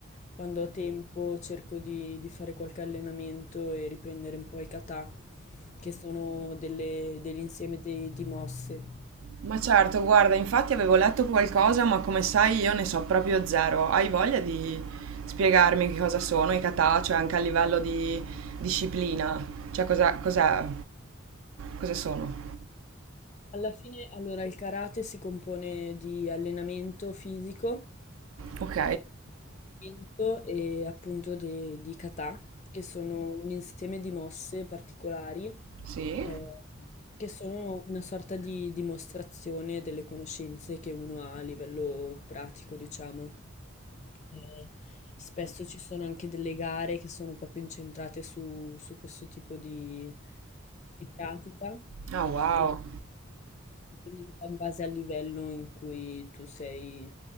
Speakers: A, on the left; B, on the right.
A: quando ho tempo cerco di, di fare qualche allenamento e riprendere un po' i kata, che sono delle- degli insieme dei- di mosse.
B: Ma certo, guarda, infatti avevo letto qualcosa, ma come sai io ne so proprio zero. Hai voglia di spiegarmi che cosa sono i kata, cioè anche a livello di disciplina? Cioè, cosa, cos'è? Cosa sono?
A: Alla fine, allora, il karate si compone di allenamento fisico,
B: Ok,
A: eh, di combattimento e appunto de- di kata, che sono un insieme di mosse particolari,
B: sì.
A: eh, che sono una sorta di dimostrazione delle conoscenze che uno ha a livello pratico, diciamo. E spesso ci sono anche delle gare che sono proprio incentrate su, su questo tipo di, di pratica
B: Ah, wow.
A: e dipende un po' in base al livello in cui tu sei